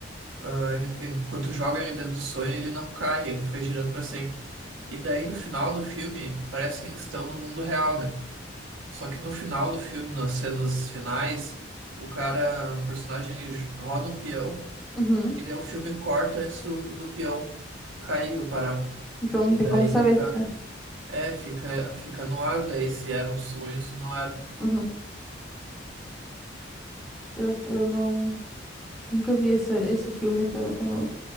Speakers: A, on the right (about 85°); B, in the centre.
A: Ah, ele- enquanto joga ele dentro do sonho, ele não cai, ele fica girando pra sempre. E daí no final do filme, parece que eles estão no mundo real, né? Só que no final do filme, nas cenas finais, o cara, o personagem, ele j- roda um peão,
B: Uhum.
A: e daí o filme corta antes do, do peão cair ou parar.
B: Então
A: E
B: não tem
A: daí
B: como saber,
A: fica.
B: né?
A: É, fica, fica no ar daí se era um sonho, se não era.
B: Uhum. É, Eu não... Nunca vi esse, esse filme, então eu não,